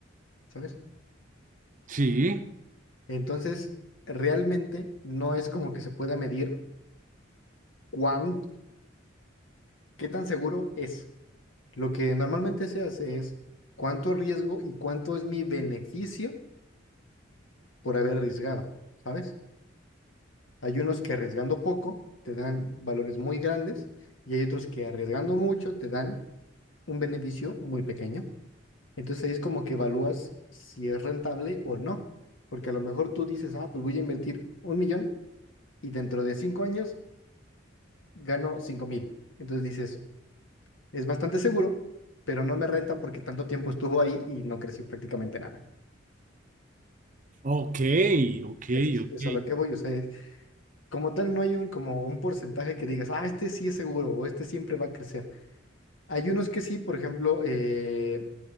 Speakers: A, on the left; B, on the right.
A: ¿sabes?
B: sí,
A: Entonces, realmente no es como que se pueda medir cuán, qué tan seguro es. Lo que normalmente se hace es cuánto riesgo y cuánto es mi beneficio por haber arriesgado, ¿sabes? Hay unos que arriesgando poco te dan valores muy grandes y hay otros que arriesgando mucho te dan un beneficio muy pequeño. Entonces ahí es como que evalúas si es rentable o no, porque a lo mejor tú dices, ah, pues voy a invertir un millón y dentro de cinco años gano cinco mil. Entonces dices, es bastante seguro, pero no me renta porque tanto tiempo estuvo ahí y no creció prácticamente nada.
B: ok, ok,
A: Es,
B: ok.
A: es a lo que voy, o sea, Como tal, no hay un, como un porcentaje que digas, ah, este sí es seguro o este siempre va a crecer. Hay unos que sí, por ejemplo, eh,